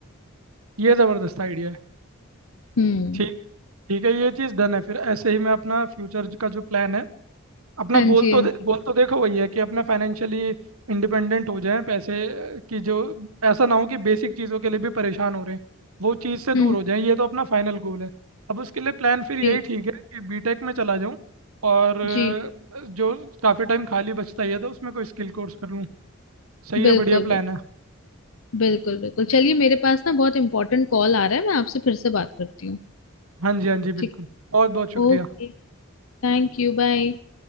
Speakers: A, on the right; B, on the left.
A: ये ज़बरदस्त आइडिया है
B: हम्म
A: ठीक ठीक है ये चीज़ डन है फिर ऐसे ही मैं अपना फ्यूचर का जो प्लान है अपना
B: हाँ जी
A: गोल तो
B: हाँ जी
A: दे, गोल तो देखो वही है कि अपना फाइनेंशियली इंडिपेंडेंट हो जाएं पैसे अ, की जो ऐसा ना हो कि बेसिक चीज़ों के लिए भी परेशान हो रहे हैं वो चीज़ से
B: हम्म
A: दूर हो जाएं ये तो अपना फाइनल गोल है अब उसके लिए प्लान फिर यही
B: जी
A: ठीक है कि बीटेक में चला जाऊं और अ,
B: जी
A: जो काफ़ी टाइम खाली बचता ही है तो उसमें कोई स्किल कोर्स कर लूँ सही
B: बिल्कुल
A: है बढ़िया प्लान
B: बिल्कुल
A: है
B: बिल्कुल बिल्कुल चलिए मेरे पास ना बहुत इंपॉर्टेंट कॉल आ रहा है मैं आपसे फिर से बात करती हूँ
A: हाँ जी हाँ जी
B: ठीक
A: बिल्कुल बहुत बहुत शुक्रिया
B: Okay thank you bye